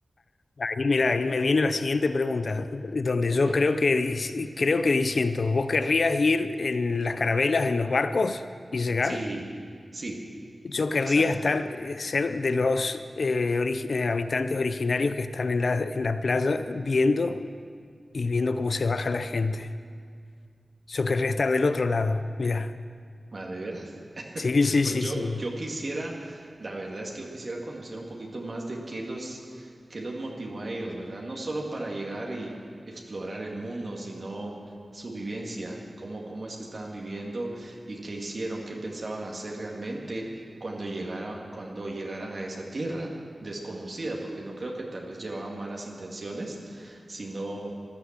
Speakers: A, on the left; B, on the right.
A: Ahí, mira, ahí me viene la siguiente pregunta, donde yo
B: Ok.
A: creo que dis- creo que diciendo, ¿vos querrías ir en las carabelas, en los barcos y llegar?
B: Sí, sí,
A: Yo querría
B: exacto.
A: estar, eh, ser de los eh, ori- eh, habitantes originarios que están en la, en la playa viendo y viendo cómo se baja la gente. Yo querría estar del otro lado, mira.
B: ¿Ah, ¿De veras?
A: Sí, sí,
B: Pues
A: sí,
B: yo,
A: sí.
B: yo quisiera, la verdad es que yo quisiera conocer un poquito más de qué los, qué los motivó a ellos, ¿verdad? No solo para llegar y explorar el mundo, sino su vivencia, cómo, cómo es que estaban viviendo y qué hicieron, qué pensaban hacer realmente cuando llegaran, cuando llegaran a esa tierra desconocida, porque no creo que tal vez llevaban malas intenciones, sino